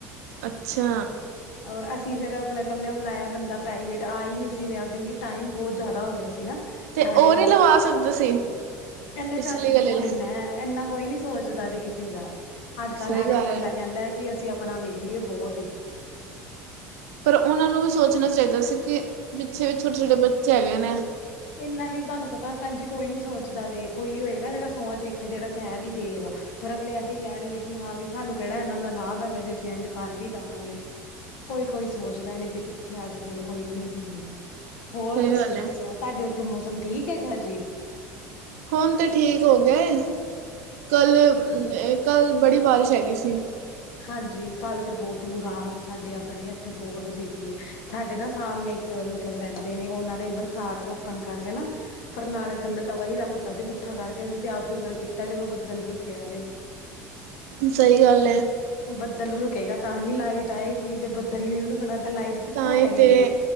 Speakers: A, on the right; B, on the left.
A: ਅੱਛਾ
B: ਔਰ ਅਸੀਂ ਫੇਰ ਆਪਣੇ ਪੱਲਿਓ ਬੁਲਾਇਆ ਬੰਦਾ ਪ੍ਰਾਈਵੇਟ ਆ ਈ ਨਹੀਂ ਸੀ ਰਿਹਾ ਕਿਉਂਕਿ ਟਾਈਮ ਬੋਤ ਜ਼ਿਆਦਾ ਹੋ ਗਿਆ ਸੀ ਨਾ
A: ਤੇ
B: ਸਾਢੇ
A: ਉਹ
B: ਨੌ
A: ਨਹੀਂ ਲਵਾ ਸਕਦੇ ਸੀ
B: ਇਹਨਾਂ
A: ਪਿਛਲੀ
B: ਚੱਜ ਦੇ
A: ਗਲੀ
B: ਥੋੜੀ
A: ਆਲੇ
B: ਨਾ ਇੰਨਾ ਕੋਈ ਨੀ ਸੋਚਦਾ ਜੇ ਕਿਸੇ ਦਾ ਅੱਜ ਕੱਲ੍ਹ
A: ਸਹੀ
B: ਹਰ ਇੱਕ
A: ਗੱਲ ਹੈ
B: ਬੰਦਾ ਕਹਿੰਦਾ ਕਿ ਅਸੀਂ ਆਪਣਾ ਵੇਖ ਲਈਏ ਬੋਤ ਏ
A: ਪਰ ਉਹਨਾਂ ਨੂੰ ਵੀ ਸੋਚਣਾ ਚਾਈਦਾ ਸੀ ਕਿ ਪਿੱਛੇ ਵੀ ਛੋਟੇ ਛੋਟੇ ਬੱਚੇ ਹੈਗੇ ਨੇ ਆ
B: ਇੰਨਾ ਨੀ ਤੁਹਾਨੂੰ ਪਤਾ ਭੈਣ ਜੀ ਕੋਈ ਨੀ ਸੋਚਦਾ ਜੇ ਕੋਈ ਹੋਏਗਾ ਜਿਹੜਾ ਸੋਆ ਚੋ ਇੱਕ ਜਿਹੜਾ ਕਹਿ ਵੀ ਦੇਵੇਂਗਾ ਪਰ ਅਗਲੇ ਇਹੀ ਕਹਿਣਗੇ ਕਿ ਹਾਂ ਵੀ ਸਾਨੂੰ ਕਿਹੜਾ ਇਹਨਾਂ ਦਾ ਲਾਭ ਹੈਗਾ ਜੇ ਅਸੀਂ ਐੰਝ ਕਰ ਵੀ ਦੇਵਾਂਗੇ ਕੋਈ ਕੋਈ ਸੋਚਦਾਂ ਨੀ ਤੇ ਕਿੱਥੇ ਅੱਜ ਕੱਲ ਕੋਈ ਵੀ ਨੀ ਸੋਚਦਾਂ ਹੋਰ
A: ਸਹੀ
B: ਤੁਸੀਂ
A: ਗੱਲ
B: ਦੱਸੋ
A: ਹੈ
B: ਤੁਹਾਡੇ ਉੱਥੇ ਮੌਸਮ ਠੀਕ ਹੈਗਾ ਜੇ
A: ਹੁਣ ਤਾਂ ਠੀਕ ਹੋ ਗਏ ਕੱਲ ਕੱਲ ਬੜੀ ਬਾਰਿਸ਼ ਹੈਗੀ ਸੀ
B: ਹਾਂਜੀ ਕੱਲ ਤੇ ਬੋਤ ਹੀ ਬੁਰਾ ਹਾਲ ਸਾਡੇ ਆਪਣੇ ਇੱਥੇ ਬੋਤ ਸੀਗੀ ਸਾਡੇ ਨਾ ਸਾਹਮਣੇਂ ਮਤਲਬ ਰਹਿੰਦੇ ਨੇ ਉਹਨਾਂ ਨੇ ਬਰਸਾਤ ਰੋਕਣ ਕਰਕੇ ਨਾ ਪਰ ਨਾਲੇ ਥੱਲੇ ਤਵਾ ਹੀ ਰੱਖਤਾ ਸੀ ਪੁੱਠਾ ਕਰਕੇ ਅਸੀਂ ਤੇ ਆਪ ਸੂਕਰ ਕੀਤਾ ਚਲੋਂ ਬੱਦਲ਼ ਰੁਕਿਆਂ ਜੇ
A: ਸਹੀ ਗੱਲ ਹੈ
B: ਬੱਦਲ ਰੁੱਕੇਗਾ ਤਾਂ ਹੀ ਲਾਈਟ ਆਏਂਗੀ ਜੇ ਬੱਦਲ ਹੀ ਨਹੀਂ ਰੁਕਣਾ ਤਾਂ ਲਾਈਟ ਕਿੱਥੋਂ
A: ਤਾਂ ਹੀ
B: ਆਏਗੀ
A: ਤੇ